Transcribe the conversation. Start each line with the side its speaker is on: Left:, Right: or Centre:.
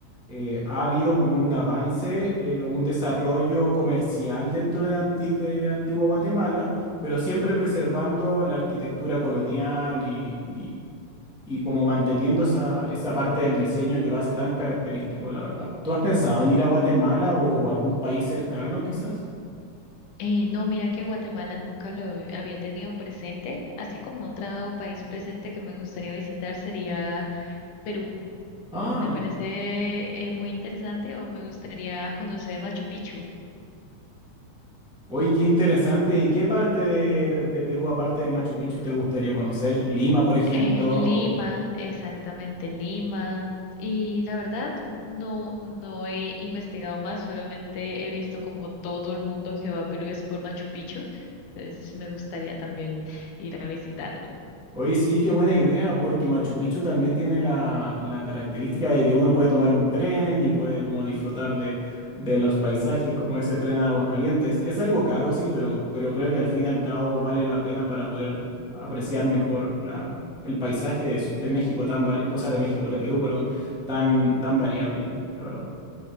Centre: eh, ha habido como un avance eh, o un desarrollo comercial dentro de, Anti- de Antigua Guatemala, pero siempre preservando la arquitectura colonial y, y- y como manteniendo esa, esa parte del diseño que lo hace tan característico, la verdad. ¿Tú has pensado en ir a Guatemala o, o algún país cercano, quizás?
Left: Eh, no, mira que Guatemala nunca lo había tenido presente, así como otro país presente que me gustaría visitar sería Perú.
Centre: Ah,
Left: Me parece eh, muy interesante o me gustaría conocer Machu Picchu.
Centre: oye, qué interesante. ¿Y qué parte de, de Perú, aparte de Machu Picchu, te gustaría conocer? Lima, por ejemplo.
Left: Eh,
Centre: o-
Left: Lima, exactamente Lima. Y la verdad, no, no he investigado más, solamente he visto como todo el mundo que va a Perú es por Machu Picchu. Entonces me gustaría también ir a visitarlo.
Centre: Oye, sí, qué buena idea, porque Machu Picchu también tiene la, la característica de que uno puede tomar un tren y puede como disfrutar de, de los paisajes, como ese tren a Aguascalientes. Es algo caro, sí, pero, pero creo que al fin y al cabo vale la pena para poder apreciar mejor la, el paisaje de, Ciu- de México tan vari- o sea, de México, de Perú, perdón, tan, tan variable, la verdad.